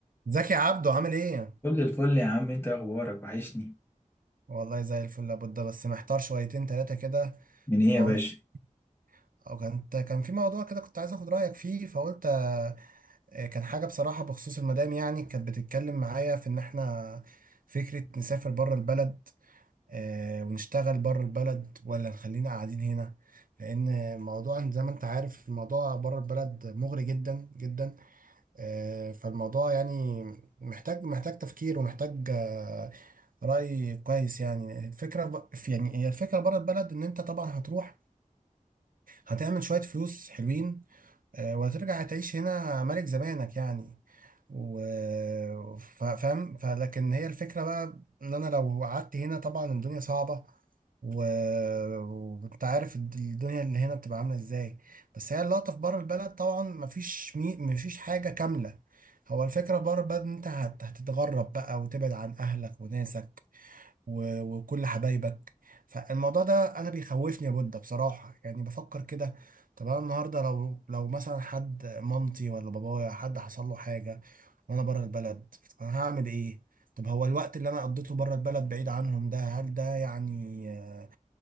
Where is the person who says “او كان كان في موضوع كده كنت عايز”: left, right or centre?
Right